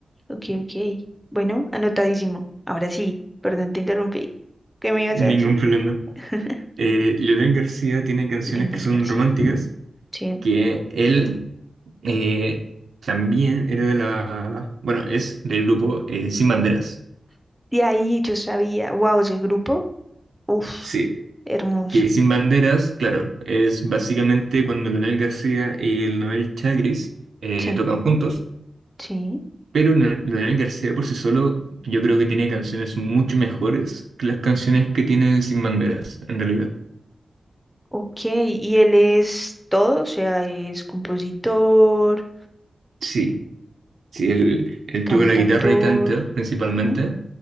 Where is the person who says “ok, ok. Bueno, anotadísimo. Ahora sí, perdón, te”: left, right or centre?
Centre